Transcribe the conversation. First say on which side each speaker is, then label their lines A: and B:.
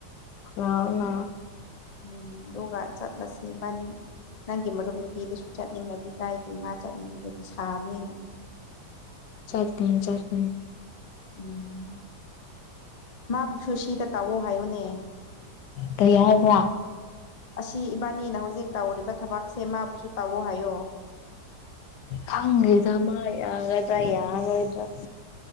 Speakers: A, on the left; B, on the left.
A: ꯑꯥ ꯑ
B: ꯎꯝ ꯑꯗꯨꯒ ꯆꯠꯂꯁꯤꯕꯥꯅꯤ ꯅꯪꯒꯤ ꯃꯔꯨꯞ ꯅꯨꯄꯤꯗꯁꯨ ꯆꯠꯅꯤꯡꯉꯗꯤ ꯀꯥꯏꯗꯦ ꯃꯥ ꯆꯠꯅꯤꯡꯕꯗꯗꯤ ꯁꯥꯕꯅꯤꯅ
A: ꯆꯠꯀꯅꯤ ꯆꯠꯀꯅꯤ
B: ꯎꯝ ꯃꯥ ꯁꯨꯁꯤꯗ ꯇꯥꯛꯑꯣ ꯍꯥꯏꯌꯨꯅꯦ
A: ꯇꯩ ꯌꯥꯔ ꯁꯥ
B: ꯑꯁꯤ ꯏꯕꯥꯅꯤꯅ ꯍꯧꯖꯤꯛ ꯇꯧꯔꯤꯕ ꯊꯕꯛꯁꯦ ꯃꯥꯕꯨꯁꯨ ꯇꯥꯎꯑꯣ ꯍꯥꯏꯌꯣ
A: ꯍꯪꯗꯃ ꯌꯥꯒꯗ꯭ꯔꯥ ꯌꯥꯔꯣꯣꯏꯗ꯭ꯔꯥ